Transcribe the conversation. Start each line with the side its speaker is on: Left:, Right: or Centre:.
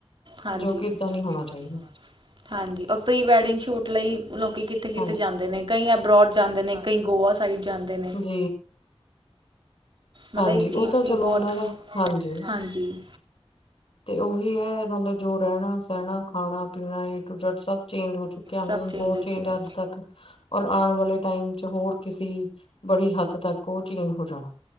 Right: ਹਾਂਜੀ-ਹਾਂਜੀ
Left: ਜੋ ਕਿ ਏਦਾਂ ਨਹੀਂ ਹੋਣਾ ਚਾਹੀਦਾ
Right: ਔਰ ਪ੍ਰੀ ਵੈਡਿੰਗ ਸ਼ੂਟ ਲਈ ਲੋਕੀ ਕੀ ਕਿੱਥੇ ਕਿਤੇ
Left: ਹਾਂਜੀ
Right: ਜਾਂਦੇ ਨੇ ਕਈ ਅਬਰੋਡ ਜਾਂਦੇ ਨੇ ਕਈ ਗੋਆ ਸਾਈਡ ਜਾਂਦੇ ਨੇ।
Left: ਏ
Right: ਮਤਲਬ
Left: ਹਾਂਜੀ
Right: ਇਹ
Left: ਓ
Right: ਚੀਜ਼
Left: ਤਾਂ
Right: ਵੀ
Left: ਚਲੋ
Right: ਬਹੁਤ
Left: ਉਨਾਂ ਦਾ ਹਾਂਜੀ‌।
Right: ਹਾਂਜੀ।
Left: ਤੇ ਓਹੀ ਐ ਮਤਲਬ ਜੋ ਰੈਣਾ, ਸੈਣਾ, ਖਾਣਾ, ਪੀਣਾ ਏ ਟੂ ਜੇਡ ਸਭ ਚੇਂਜ ਹੋ ਚੁੱ ਕਿਆ ਹੁਣ
Right: ਸਭ ਚੁੱਕਾ
Left: ਬੋ
Right: ਹੋ
Left: ਚੇਂਜ
Right: ਚੁੱਕਾ।
Left: ਅੱਜ ਤਕ ਔਰ ਆਣ ਵਾਲੇ ਟਾਈਮ ਚ ਹੋਰ ਕਿਸੀ ਬੜੀ ਹੱਦ ਤੱਕ ਉਹ ਚੇਂਜ ਹੋ ਜਾਣਾ,